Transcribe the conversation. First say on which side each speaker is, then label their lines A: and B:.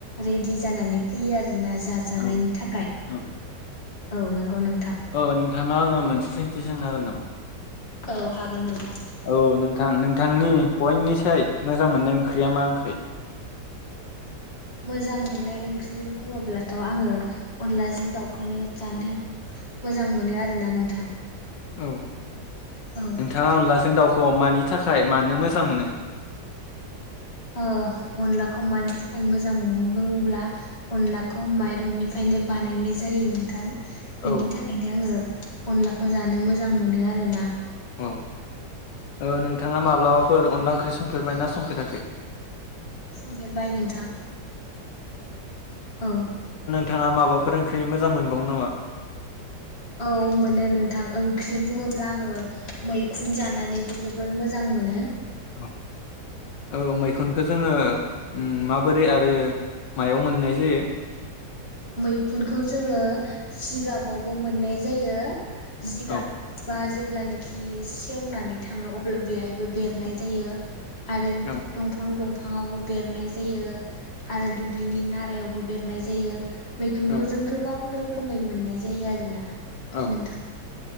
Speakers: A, on the left; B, on the left.
A: रेडि जानानै फैयो आरो ना जाजानायनि
B: औ
A: थाखाय
B: औ
A: औ नंगौ नों
B: अ नोंथांनाव आङो मोनसे सों थ जों नो हागोन नामा
A: औ हागोन नोंथां
B: औ नोंथां नोंथांनि बयनिसाय मोजां मोननाय ओंख्रिया मा ओंख्रि
A: मोजां मोननाय ओंख्रि बुङोब्लाथ आङो अनलाजों दाउखौ जानो मोजां मोनो आरो ना नोंथां
B: औ
A: औ
B: नोंथाङा अनलाजों दाउखौ मानि नि थाखाय मानो मोजां मोनो
A: ओ अनलाखौ मानि थाखाय मोजां नो बुङोब्ला अनलाखौ माइरंनिफ्रायनो बानायनाय जायो नोंथां बिनि
B: औ
A: थाखायनो आङो अनलाखौ जानो मोजां मोनो आरो ना
B: औ ओ नोंथाङा माब्लाबाफोर अनला ओंख्रि संफे फोरमायना समफेराखै
A: संफेरबाय नोंथां औ
B: थाङा माबाफोर ओंख्रि मोजां मोनबावनो नामा
A: औ मोनो नोंथां ओंख्रि बुङोब्ला आङो मैखुन जानानैबो जोबोर मोजां मोनो
B: औ औ मैखुनखौ जोङो उम माबोरै आरो मायाव मोननाय जायो
A: मैखुनखौ जोङो सिगाबावबो मोननाय जायो जिगाबबा
B: औ
A: जेब्लानखि सेवनानै थाङो अब्ला बेहायबो बेरनाय जायो। आरो
B: औ
A: दंफां दंफां। बिफाङावबो बेरनाय जायो। आरो दुब्लिनि नारायाव। बेरनाय जायो। मैखुनखौ
B: औ
A: जों गोबां रोखोम। खोमै मोननाय जायो आरो ना।
B: औ
A: नोंथां।